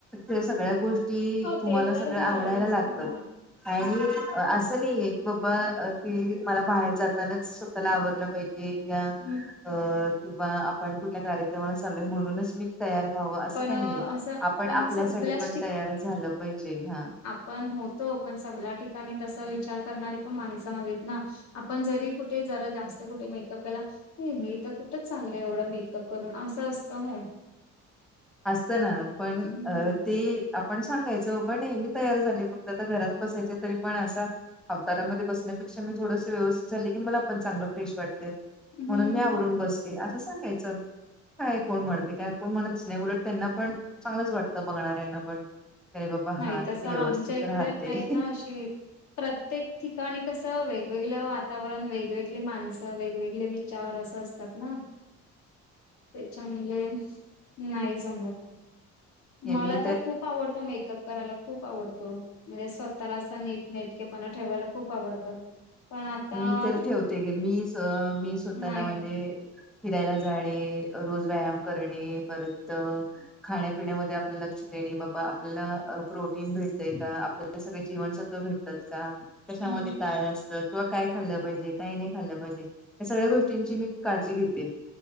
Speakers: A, in the centre; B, on the left.
A: ते सगळ्या गोष्टी ती
B: हो
A: तुम्हाला
B: ते तर
A: सगळ
B: झालंच
A: आवडायला लागतात
B: हां.
A: आणि
B: हम्म.
A: असं नाहीये की बबा की मला बाहेर जातानाच स्वतःला आवरलं पाहि की या अ
B: हम्म
A: किंवा आपण कुठल्या कार्यक्रमाला चालोय म्हणूनच मी तयार व्हावं असं
B: पण
A: काय
B: असं
A: नाहीये आपण
B: पण
A: आपल्यासाठी
B: सगळ्याच
A: पण तयार झालं पाहिजे हा
B: पण होतो पण सगल्या ठिकाणी तस विचार करणारे पण माणस हवेत ना. आपण जरी कुठे जरा जास्त कुठे मेकअप केला. हे मी त कुठंच चालंय एवढं मेकअप करून असं असतं होय.
A: असत ना पण
B: हम्म.
A: अ तेी आपण सांगायचं बाबा नाही मी तयार झाली फक्त आता घरात बसायचे तरी पण असं अवतारामध्ये बसण्यापेक्षा मी थोडस व्यवस्थित झाले की मला पण चांगलं फ्रेशटतंय
B: हम्म
A: म्हणून मी आवरून बसली असं सांगायचं काय कोण म्हणते काय कोण म्हणत नाही उलट त्यांना पण चांगलंच वाटतं बघणाऱ्यांना पण अरे बाबा
B: नाही
A: हा
B: तसं
A: किती व्यवस्थित
B: आमच्या इकडे
A: राहते
B: नाहीत ना असे प्रत्येक ठिकाणी कसं वेगवेगल वातावरण, वेगवेगले माणसं, वेगवेगले विचार, असं असतात ना.
A: <inaudible>
B: त्याच्या मुले नाही जमत
A: हे
B: मला
A: मी
B: तर खूप आवडतो मे कराला खूप आवडतो, म्हणजे स्वतःला असं नीट नेटकेपणा ठेवायला खूप आवडतं. पण आता
A: मी तर ठेवते ग मी स मी स्वतःला
B: नाही
A: म्हणजे. फिरायला जाणे अ रोज व्यायाम करणे परत. खाण्यापिण्यामध्ये आपल लक्ष देणे बाबा आपल्याला प्रोटीन भेटतय का आपल सगळ जीवनसत्व भेटतात का कशामध्ये
B: हम्म
A: काय अस किंवा काय खाल्लं पाहिजे, काही नाही खाल्लं पाहिजे, या सगळ्या गोष्टींची मी काळजी घेते.